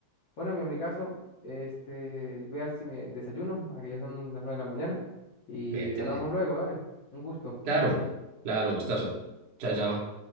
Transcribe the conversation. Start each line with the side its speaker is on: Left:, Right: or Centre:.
Left: Bueno, mi amigazo, este, voy a ver si me desayuno, aquí ya son las nueve de la mañana y
Right: Métele.
Left: hablamos luego, dale, un gusto.
Right: Claro, claro, gustazo. Chao, chao.